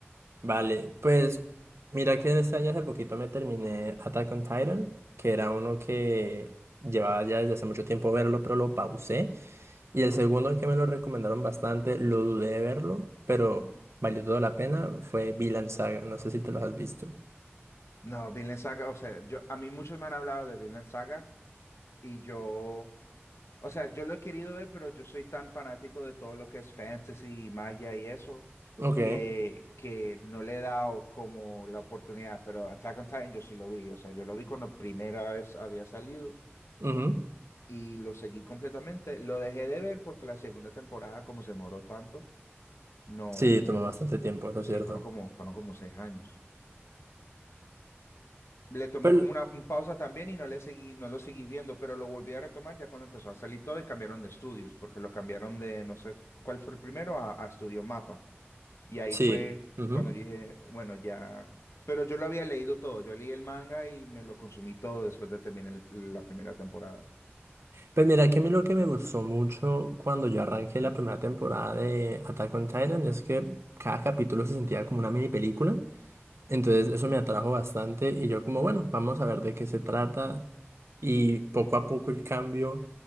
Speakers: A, on the right; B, on the left.
A: Vale, pues mira que este año hace poquito me terminé Attack on Titan, que era uno que llevaba ya desde hace mucho tiempo verlo, pero lo pausé. Y el segundo que me lo recomendaron bastante, lo dudé de verlo, pero valió toda la pena, fue Vinland Saga, no sé si te los has visto.
B: No, Vinland Saga, o sea, yo, a mí muchos me han hablado de Vinland Saga y yo... O sea, yo lo he querido ver, pero yo soy tan fanático de todo lo que es fantasy y magia y eso,
A: Ok,
B: que, que no le he dado como la oportunidad. Pero Attack on Titan yo sí lo vi. O sea, yo lo vi cuando primera vez había salido
A: ujú.
B: y lo seguí completamente. Lo dejé de ver porque la segunda temporada, como se demoró tanto, no.
A: Sí, tomó bastante tiempo, eso
B: Sí,
A: es cierto.
B: fueron como, fueron como seis años. le tomé
A: Pero
B: como una un pausa también y no le seguí, no lo seguí viendo, pero lo volví a retomar ya cuando empezó a salir todo y cambiaron de estudios, porque lo cambiaron de no sé cuál fue el primero a, a Estudio Mapa. Y ahí
A: sí.
B: fue
A: ujú.
B: cuando yo dije, bueno, ya. Pero yo lo había leído todo, yo leí el manga y me lo consumí todo después de terminar el- la primera temporada.
A: Pues mira que a mí lo que me gustó mucho cuando yo arranqué la primera temporada de Attack on Titan es que cada capítulo se sentía como una mini película. Entonces eso me atrajo bastante y yo como, bueno, vamos a ver de qué se trata. Y poco a poco el cambio